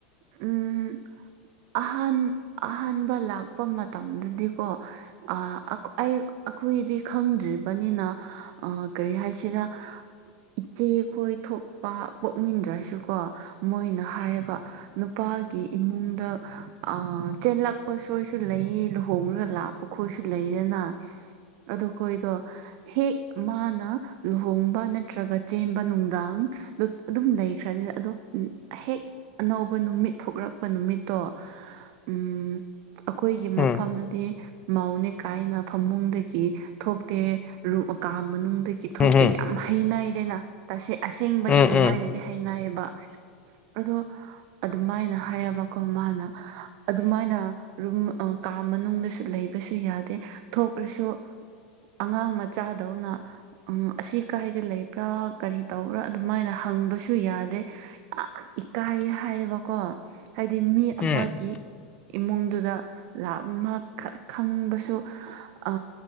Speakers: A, on the right; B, on the left.
A: ꯎꯝ ꯑꯍꯥꯟ ꯑꯍꯥꯟꯕ ꯂꯥꯛꯄ ꯃꯇꯝꯗꯗꯤꯀꯣ ꯑꯥ ꯑꯛ ꯑꯩ ꯑꯩꯈꯣꯏꯗꯤ ꯈꯪꯗ꯭ꯔꯤꯕꯅꯤꯅ ꯑ ꯀꯔꯤ ꯍꯥꯏꯁꯤꯔꯥ ꯏꯆꯦ ꯈꯣꯏ ꯊꯣꯛꯄ ꯄꯣꯛꯃꯤꯟꯗ꯭ꯔꯁꯨ ꯀꯣ ꯃꯣꯏꯅ ꯍꯥꯏꯌꯦꯕ ꯅꯨꯄꯥꯒꯤ ꯏꯃꯨꯡꯗ ꯑ ꯆꯦꯜꯂꯛꯄ ꯁꯣꯏꯁꯨ ꯂꯩꯌꯦ ꯂꯨꯍꯣꯡꯔ ꯂꯥꯛ ꯄꯨꯈꯣꯏꯁꯨ ꯂꯩꯗꯅ ꯑꯗꯨ ꯈꯣꯏꯗꯣ ꯍꯦꯛ ꯃꯥꯅ ꯂꯨꯍꯣꯡꯕ ꯅꯠꯇ꯭ꯔꯒ ꯆꯦꯟꯕ ꯅꯨꯡꯗꯥꯡ ꯑꯗꯨꯝ ꯂꯩꯈ꯭ꯔꯅꯤꯅ ꯑꯗꯣ ꯍꯦꯛ ꯑꯅꯧꯕ ꯅꯨꯃꯤꯠ ꯊꯣꯛꯂꯛꯄ ꯅꯨꯃꯤꯠꯇꯣ ꯎꯝ ꯑꯩꯈꯣꯏꯒꯤ
B: ꯎꯝ
A: ꯃꯐꯝꯗꯨꯗꯤ ꯃꯧꯅꯦ ꯀꯥꯏꯅ ꯐꯃꯨꯡꯗꯒꯤ ꯊꯣꯛꯇꯦ ꯀꯥ ꯃꯅꯨꯡꯗꯒꯤ ꯊꯣꯛꯇꯦ
B: ꯎꯝ ꯎꯝ
A: ꯌꯥꯝ ꯍꯩꯅꯩꯗꯅ ꯑꯁꯦꯡꯕꯅꯤ
B: ꯎꯝ ꯎꯝ
A: ꯗꯤ ꯍꯥꯏꯅꯩꯌꯦꯕ ꯑꯗꯣ ꯑꯗꯨꯃꯥꯏꯅ ꯍꯥꯏꯌꯦꯕꯀꯣ ꯃꯥꯅ ꯑꯗꯨꯃꯥꯏꯅ ꯔꯨꯝ ꯀꯥ ꯃꯅꯨꯡꯗꯁꯨ ꯂꯩꯕꯁꯨ ꯌꯥꯗꯦ ꯊꯣꯛꯂꯁꯨ ꯑꯉꯥꯡ ꯃꯆꯥꯗꯧꯅ ꯎꯝ ꯑꯁꯤ ꯀꯥꯏꯗ ꯂꯩꯕ꯭ꯔꯥ ꯀꯔꯤ ꯇꯧꯕ꯭ꯔꯥ ꯑꯗꯨꯃꯥꯏꯅ ꯍꯪꯕꯁꯨ ꯌꯥꯗꯦ ꯌꯥꯝ ꯏꯀꯥꯏꯌꯦ ꯍꯥꯏꯌꯦꯕꯀꯣ ꯍꯥꯏꯗꯤ ꯃꯤ
B: ꯎꯝ
A: ꯑꯃꯒꯤ ꯏꯃꯨꯡꯗꯨꯗ ꯔꯛ ꯃ ꯈꯪꯕꯁꯨ ꯑ